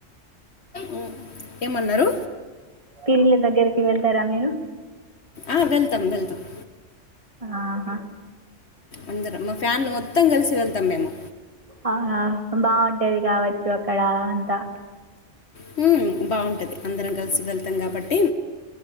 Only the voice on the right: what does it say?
పిరీల దగ్గరికి వెళ్తారా మీరు
ఆహా
ఆ హ బాగుంటది కావచ్చు అక్కడ ద